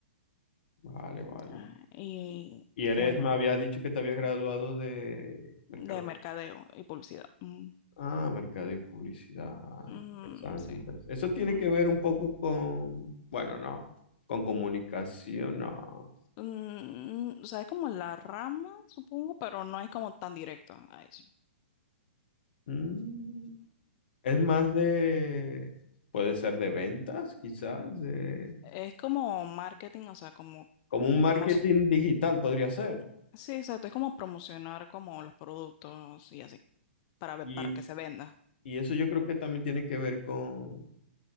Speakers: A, on the left; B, on the left.
A: vale, vale.
B: Ah, y
A: Y eres,
B: bueno,
A: me habías dicho que te habías graduado de mercado.
B: de mercadeo y publicidad. Mm,
A: Ah, mercado y publicidad. Ah,
B: mm,
A: Interesante,
B: sí.
A: interesante. Eso tiene
B: mm.
A: que ver un poco con, bueno, no, con comunicación, no.
B: Mm, o sea, es como la rama, supongo, pero no es como tan directo a eso.
A: Mm. Es más de, puede ser de ventas, quizás, de-
B: Es como marketing, o sea, como
A: como un marketing
B: promos.
A: digital podría ser.
B: Sí, exacto, es como promocionar como los productos y así, para ve-
A: Y,
B: para que se venda.
A: y eso yo creo que también tiene que ver con,